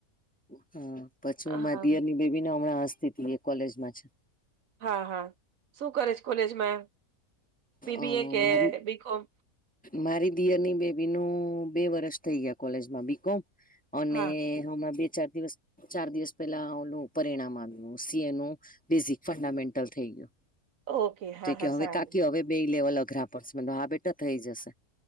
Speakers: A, in the centre; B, on the right.
A: હ પછી
B: હા
A: હું મા દિયરની બેબીને હમણાં હસ્તી એ કોલેજમાં છે.
B: હા હા શું કરે છે કોલેજમાં બીબીએ
A: અ
B: કે
A: મારી
B: બી કોમ?
A: મારી દીયરની બેબી ન બે વરષ થઈ ગયા કોલેજમાં બીકોમ અને
B: હા
A: હ હમણા બે ચાર દિવસ ચાર દિવસ પેલા ઓલું પરિણામ આવ્યું સી એ નું બેઝિક ફંડામેન્ટલ થઈ ગયું.
B: ઓકે
A: તો
B: હા
A: કે
B: હા
A: હવે
B: સારું
A: કાકી હવે બે લેવલ અઘરા પડશે મ હા બેટા થઈ જશે.